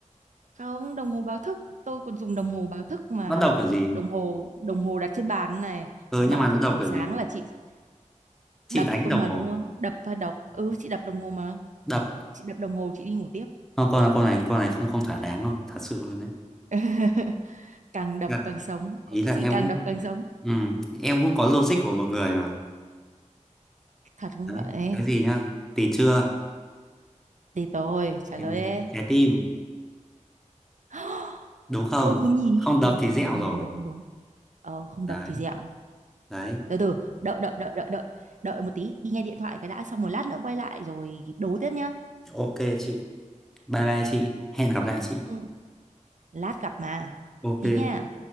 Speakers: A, on the right (about 70°); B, in the centre.
A: không đồng hồ báo thức tôi còn dùng đồng hồ báo thức mà
B: nó đập kiểu gì
A: đồng hồ đồng hồ đặt trên bàn này
B: ừ
A: nó báo
B: nhưng mà nó
A: thức
B: đập
A: buổi
B: kiểu
A: sáng
B: gì
A: là chị
B: chị
A: đập
B: đánh
A: cơ
B: cái đồng
A: mà
B: hồ
A: đúng không đập và đọc ừ chị đập đồng hồ mà
B: đập
A: chị đập đồng hồ chị đi ngủ tiếp
B: không câu là câu này câu này không không thỏa đáng đâu thật sự luôn đấy
A: <laughs> càng đập
B: Dạ,
A: càng sống
B: ý
A: có cái
B: là
A: gì
B: em
A: càng
B: cũng
A: đập càng sống
B: ừ, em cũng có logic của một người mà
A: thật không
B: đấy
A: vậy
B: cái gì nhá tì chưa
A: thì tôi trả
B: Tì-
A: lời ê
B: trái tim
A: <gasps>
B: đúng không
A: ừ nhỉ
B: không đập
A: ừ
B: thì
A: đúng
B: dẹo
A: đúng
B: rồi
A: đúng đúng đúng ờ không
B: đấy
A: đập thì dẹo
B: đấy
A: từ từ đợi đợi đợi đợi đợi đợi một tí đi nghe điện thoại cái đã xong một lát nữa quay lại rồi đấu tiếp nhá
B: ok chị Bye bye chị. Hẹn gặp lại chị.
A: Ừ. lát gặp mà
B: Ok.
A: thế nha